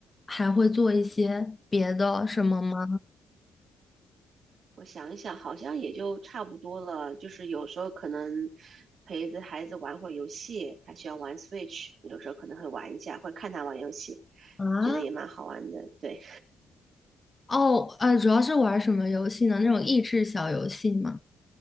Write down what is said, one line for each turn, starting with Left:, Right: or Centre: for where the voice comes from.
Left: 还会做一些别的什么吗？
Right: 我想一想，好像也就差不多了。就是有时候可能陪着孩子玩会儿游戏，他喜欢玩 Switch，有时候可能会玩一下，会看他玩游戏，
Left: 啊，
Right: 觉得也蛮好玩的。对。
Left: 哦，呃，主要是玩什么游戏呢？那种益智小游戏吗？